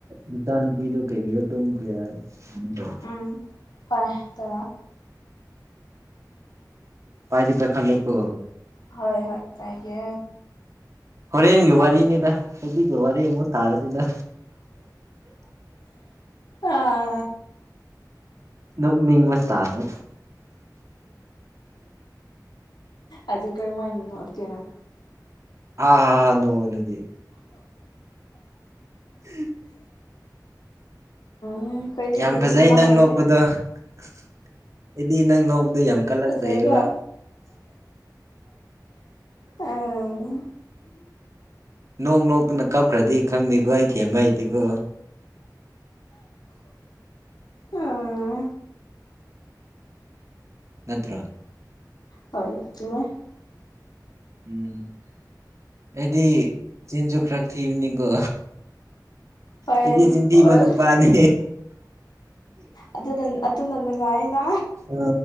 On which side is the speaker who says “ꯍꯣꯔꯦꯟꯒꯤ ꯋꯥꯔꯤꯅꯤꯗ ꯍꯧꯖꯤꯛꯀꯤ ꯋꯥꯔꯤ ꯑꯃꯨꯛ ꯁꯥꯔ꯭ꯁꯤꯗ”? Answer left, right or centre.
Right